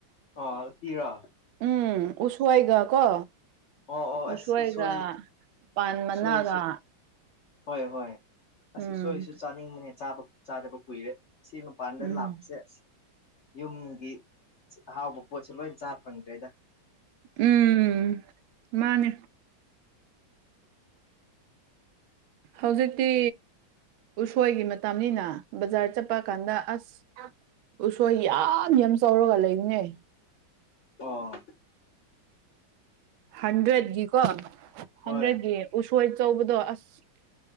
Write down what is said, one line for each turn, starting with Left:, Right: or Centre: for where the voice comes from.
Left: ꯑꯣ ꯑꯨꯇꯤꯔꯣ꯫
Right: ꯎꯝ ꯎꯁꯣꯏꯒ ꯀꯣ꯫
Left: ꯑꯣ ꯑꯣ
Right: ꯎꯁꯣꯏꯒ
Left: ꯑꯁ ꯎꯁꯣꯏ
Right: ꯄꯥꯟ ꯃꯅꯥꯒ꯫
Left: ꯎꯁꯣꯏꯁꯨ ꯍꯣꯏ ꯍꯣꯏ ꯑꯁ
Right: ꯎꯝ
Left: ꯎꯁꯣꯏꯁꯨ ꯆꯥꯅꯤꯡꯕꯅꯦ ꯆꯥꯕ ꯆꯥꯗꯕ ꯀꯨꯏꯔꯦ ꯁꯤꯃ ꯃꯄꯥꯟꯗ
Right: ꯎꯝ
Left: ꯂꯥꯛꯄꯁꯦ ꯑꯁ ꯌꯨꯝꯒꯤ ꯑꯍꯥꯎꯕ ꯄꯣꯠꯁꯦ ꯂꯣꯏ ꯆꯥ ꯐꯪꯗ꯭ꯔꯦꯗ꯫
Right: ꯎꯝ ꯃꯥꯅꯦ꯫ ꯍꯧꯖꯤꯛꯇꯤ꯫ ꯎꯁꯣꯏꯒꯤ ꯃꯇꯝꯅꯤꯅ ꯕꯖꯥꯔ ꯆꯠꯄ ꯀꯥꯟꯗ ꯑꯁ <unintelligible> ꯎꯁꯣꯏ ꯌꯥꯝ ꯌꯥꯝ ꯆꯥꯎꯔꯒ ꯂꯩꯔꯤꯉꯦ
Left: ꯑꯣ
Right: ꯍꯟꯗ꯭ꯔꯦꯠꯀꯤꯀꯣ
Left: ꯍꯣꯏ
Right: ꯍꯟꯗ꯭ꯔꯦꯠꯀꯤ ꯎꯁꯣꯏ ꯑꯆꯧꯕꯗꯣ ꯑꯁ